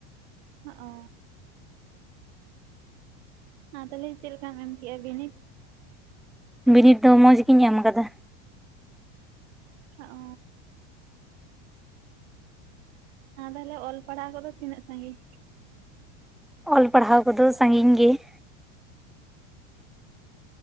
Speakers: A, on the right; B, in the centre.
A: ᱦᱚᱸᱜ ᱚ ᱾ ᱟᱨ ᱛᱟᱦᱚᱞᱮ ᱪᱮᱫ ᱞᱮᱠᱟᱢ ᱮᱢ ᱠᱮᱜᱼᱟ ᱵᱤᱱᱤᱰ?
B: ᱵᱤᱱᱤᱰ ᱫᱚ ᱢᱚᱸᱡᱽ ᱜᱤᱧ ᱮᱢ ᱠᱟᱫᱟ ᱾
A: ᱚ ᱾ ᱟ ᱛᱟᱦᱚᱞᱮ ᱚᱞ ᱯᱟᱲᱦᱟᱣ ᱠᱚᱫᱚ ᱛᱤᱱᱟᱹᱜ ᱥᱟᱹᱜᱤᱧ?
B: ᱚᱞ ᱯᱟᱲᱦᱟᱣ ᱠᱚᱫᱚ ᱥᱟᱹᱜᱤᱧ ᱜᱮ ᱾